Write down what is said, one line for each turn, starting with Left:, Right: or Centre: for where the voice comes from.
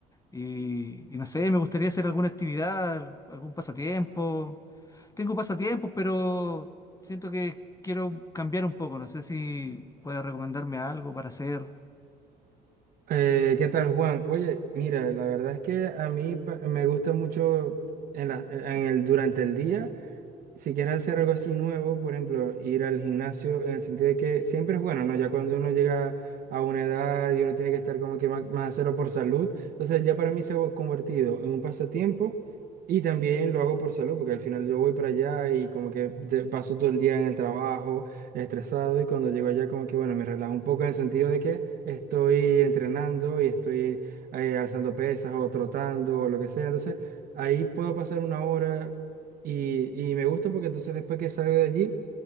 Left: y, y no sé, me gustaría hacer alguna actividad, algún pasatiempo. Tengo pasatiempos, pero siento que quiero cambiar un poco. No sé si puedes recomendarme algo para hacer.
Right: Eh, ¿qué tal, Juan? Oye, mira, la verdad es que a mí pa- me gusta mucho en la- en el, durante el día si quieres hacer algo así nuevo, por ejemplo, ir al gimnasio, en el sentido de que siempre es bueno, ¿no? Ya cuando uno llega a una edad y uno tiene que estar como que más, más hacerlo por salud, entonces ya para mí se ha convertido en un pasatiempo y también lo hago por salud, porque al final yo voy para allá y como que de- paso todo el día en el trabajo, estresado, y cuando llego allá como que, bueno, me relajo un poco en el sentido de que estoy entrenando y estoy eh, alzando pesas o trotando o lo que sea, entonces ahí puedo pasar una hora. Y, y me gusta porque entonces después que salgo de allí,